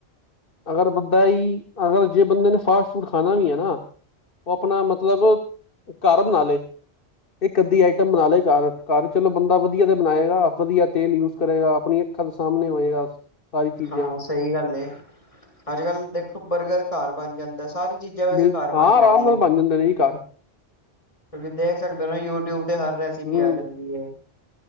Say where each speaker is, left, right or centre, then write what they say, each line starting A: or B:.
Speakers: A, on the left; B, on the left.
A: ਅਗਰ ਬੰਦਾ ਇਹੀ ਅਗਰ ਜੇ ਬੰਦੇ ਨੇ ਫਾਸਟ ਫੂਡ ਖਾਣਾ ਵੀ ਹੈ ਨਾ ਉਹ ਆਪਣਾ ਮਤਲਬ ਘਰ ਬਨਾਲੇ। ਇਹ ਅੱਧੀ ਆਈਟਮ ਬਣਾ ਲੇ ਘਰ, ਘਰ ਚਲੋ ਬੰਦਾ ਵਧੀਆ ਤੇ ਬਣਾਏਗਾ ਵਧੀਆ ਤੇਲ ਯੂਜ ਕਰੇਗਾ ਆਪਣੀਆ ਅੱਖਾਂ ਦੇ ਸਾਹਮਣੇ ਹੋਏਗਾ। ਸਾਰੀ ਚੀਜ਼ਾਂ
B: ਹਾਂ ਸਹੀ ਗੱਲ ਅੱਜ ਕੱਲ ਦੇਖੋ ਬਰਗਰ ਘਰ ਬਣ ਜਾਂਦਾ ਸਾਰੇ ਚੀਜ਼ਾਂ ਵੈਸੇ
A: ਬਿਲ
B: ਘਰ
A: ਹਾਂ
B: ਬਣ ਜਾਂਦੀਆ।
A: ਆਰਾਮ ਨਾਲ ਬਣ ਜਾਂਦੇ ਨੇ ਜੀ ਘਰ
B: ਤੁਂ ਦੇਖ ਸਕਦੇ ਹੋ ਨਾ ਯੂਟਿਊਬ ਤੇ ਹਰ ਰੈਸਿਪੀ
A: ਹੂੰ
B: ਆ ਜਾਂਦੀ ਹੈ।